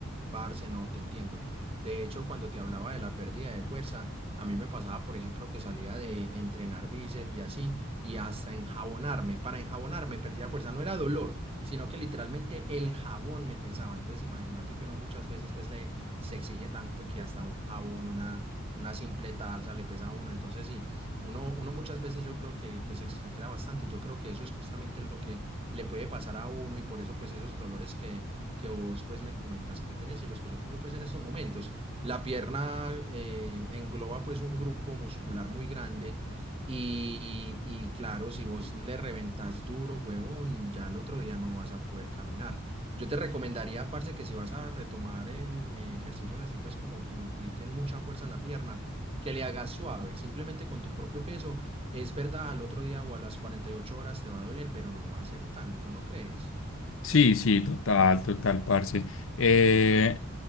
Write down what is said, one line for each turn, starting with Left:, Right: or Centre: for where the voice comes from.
Right: Parce, no, te entiendo. De hecho, cuando te hablaba de la pérdida de fuerza, a mí me pasaba, por ejemplo, que salía de entrenar bíceps y así, y hasta enjabonarme. Para enjabonarme perdía fuerza, no era dolor, sino que literalmente el jabón me pesaba. Entonces, imagínate que uno muchas veces pues le se exige tanto que hasta un jabón, una, una simple taza le pesa a uno. Entonces, sí, uno, uno muchas veces yo creo que, que se exagera bastante y yo creo que eso es justamente lo que le puede pasar a uno y por eso pues esos dolores que que vos pues me comentas que tenés y los que yo tengo pues en estos momentos. La pierna eh, engloba pues un grupo muscular muy grande y, y claro, si vos le reventas duro, huevón, ya el otro día no vas a poder caminar. Yo te recomendaría, parce, que si vas a retomar el, eh, ejercicios así pues como que impliquen mucha fuerza en la pierna, que le hagas suave, simplemente con tu propio peso. Es verdad, al otro día o a las 48 horas te va a doler, pero no va a ser tanto, ¿no crees?
Left: Sí, sí, total, total, parce. Eh,